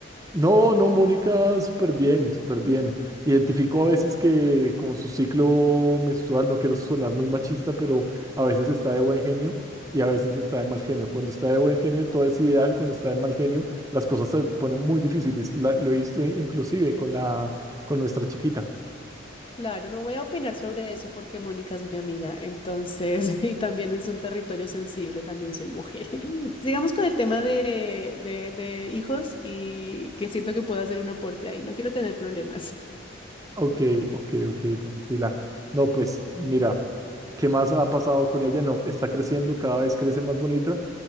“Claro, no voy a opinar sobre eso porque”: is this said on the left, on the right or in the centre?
Left